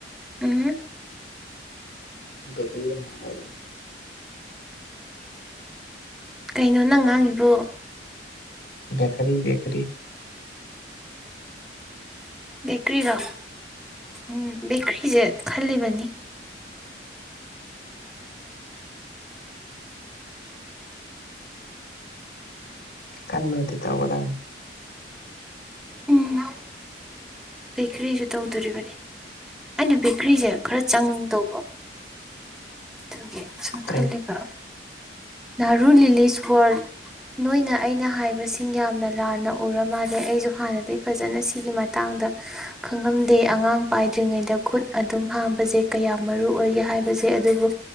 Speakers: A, in the centre; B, on the left (about 60°).
A: ꯎꯝ
B: <unintelligible>
A: ꯀꯩꯅꯣ ꯅꯪ ꯉꯥꯡꯉꯤꯕꯣ
B: ꯕꯦꯀꯔꯤ ꯕꯦꯀꯔꯤ
A: ꯕꯦꯀ꯭ꯔꯤꯔꯣ ꯎꯝ ꯕꯦꯀ꯭ꯔꯤꯁꯦ ꯈꯜꯂꯤꯕꯅꯤ
B: ꯈꯟꯕ ꯅꯠꯇꯦ ꯇꯧꯒꯗꯝꯅꯦ <unintelligible>
A: ꯎꯝ ꯕꯦꯀ꯭ꯔꯤꯁꯨ ꯇꯧꯗꯣꯔꯤꯕꯅꯤ ꯑꯩꯅ ꯕꯦꯀ꯭ꯔꯤꯁꯦ ꯈꯔ ꯆꯪꯗꯧꯕ ꯑꯗꯨꯒꯤ ꯑꯁꯨꯝ
B: ꯀꯩ
A: ꯈꯜꯂꯤꯕ ꯅꯥꯔꯨ ꯂꯤꯂꯤꯁ ꯋꯥꯔꯜ ꯅꯣꯏꯅ ꯑꯩꯅ ꯍꯥꯏꯕꯁꯤꯡ ꯌꯥꯝꯅ ꯂꯥꯟꯅ ꯎꯔ ꯃꯥꯜꯂꯦ ꯑꯩꯁꯨ ꯍꯥꯟꯅꯗꯒꯤꯩ ꯐꯖꯅ ꯁꯤꯒꯤ ꯃꯇꯥꯡꯗ ꯈꯪꯉꯂꯝꯗꯦ ꯑꯉꯥꯡ ꯄꯥꯏꯗ꯭ꯔꯤꯉꯩꯗ ꯈꯨꯠ ꯑꯗꯨꯝ ꯍꯥꯝꯕꯁꯦ ꯀꯌꯥ ꯃꯔꯨ ꯑꯣꯏꯒꯦ ꯍꯥꯏꯕ ꯖꯦ ꯑꯗꯨꯕꯨ